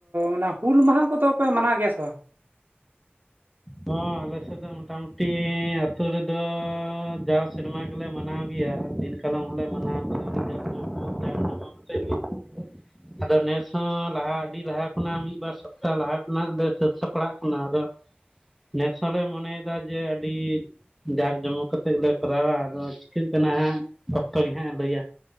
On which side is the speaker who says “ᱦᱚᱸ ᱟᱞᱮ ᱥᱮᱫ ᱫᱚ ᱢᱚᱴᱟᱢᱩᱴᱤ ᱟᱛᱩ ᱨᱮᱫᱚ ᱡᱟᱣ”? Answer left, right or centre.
Centre